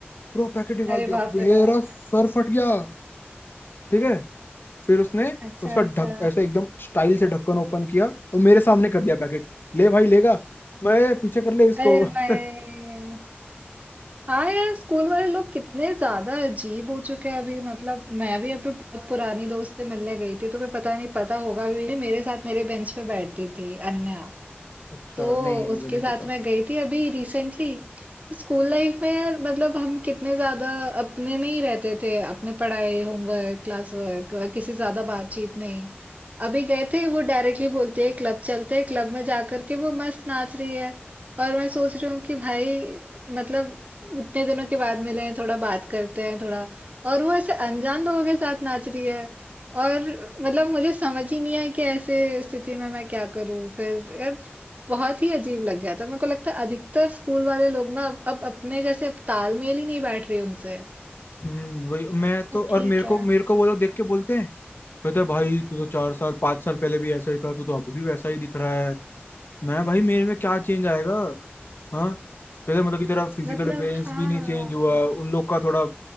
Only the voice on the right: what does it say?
अरे
बाप
रे बाप
अच्छा
अच्छा
अरे
भाई हाँ यार स्कूल वाले लोग कितने ज्यादा अजीब हो चुके हैं अभी मतलब मैं भी अपने बहुत पुरानी दोस्त से मिलने गई थी तुम्हें पता नहीं पता होगा भी नहीं मेरे साथ मेरे बेंच पे बैठती थी अन्या
तो
उसके
साथ
मैं गई थी अभी रिसेंटली स्कूल लाइफ में यार मतलब हम कितने ज्यादा अपने में ही रहते थे अपने पढ़ाई होमवर्क क्लास वर्क किसी से ज्यादा बातचीत नहीं अभी गए थे वो डायरेक्टली बोलती है क्लब चलते हैं क्लब में जाकर के वो मस्त नाच रही है और मैं सोच रही हूँ कि भाई मतलब इतने दिनों के बाद मिले हैं थोड़ा बात करते हैं थोड़ा और वो ऐसे अनजान लोगों के साथ नाच रही है और मतलब मुझे समझ ही नहीं आया कि ऐसे स्थिति में मैं क्या करूँ फिर यार बहुत ही अजीब लग गया था। मेरे को लगता है अधिकतर स्कूल वाले लोग ना अब अब अपने जैसे अब तालमेल ही नहीं बैठ रही उनसे।
तो
ठीक
है
मतलब
हाँ,